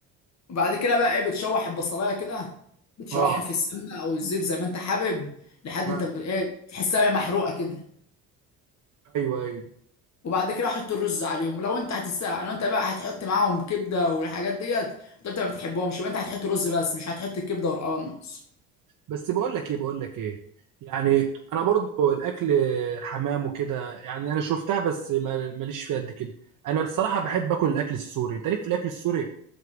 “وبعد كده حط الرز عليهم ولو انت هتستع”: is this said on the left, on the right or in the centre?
Left